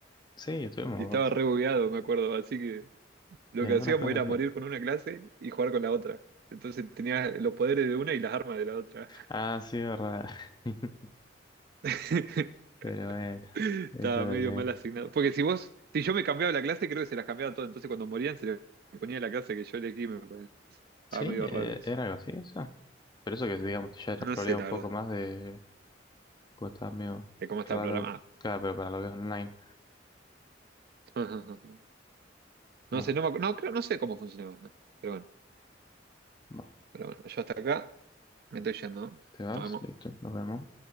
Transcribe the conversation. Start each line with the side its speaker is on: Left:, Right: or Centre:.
Left: Sí, estuvimos
Right: Y
Left: un
Right: estaba
Left: rato.
Right: re bugueado, me acuerdo. Así que lo
Left: Y algunas
Right: que hacíamos
Left: cosas.
Right: era
Left: de-
Right: morir con una clase y jugar con la otra. Entonces tenía los poderes de una y las armas de la otra.
Left: Ah, sí, verdad. <laughs>
Right: <laughs>
Left: Pero bueno,
Right: Estaba
Left: es lo de
Right: medio
Left: menos.
Right: mal asignado. Porque si vos, si yo me cambiaba la clase, creo que se las cambiaba todo. Entonces cuando morían se le ponía la clase que yo elegí, me parece. Estaba
Left: Sí,
Right: medio
Left: eh,
Right: raro eso.
Left: era algo así, eso. Pero eso que digamos ya era
Right: No
Left: problema
Right: sé, la
Left: un poco
Right: verdad,
Left: más de. Pues estaba medio
Right: de cómo estaba
Left: raro.
Right: programado.
Left: Claro, pero para lo que es online.
Right: <laughs>
Left: Más,
Right: No sé, no me acu- no, creo, no sé cómo funcionaba. Pero bueno,
Left: más.
Right: pero bueno, yo hasta acá me estoy yendo. ¿no?
Left: ¿Te vas?
Right: Nos vemos.
Left: Listo, nos vemos.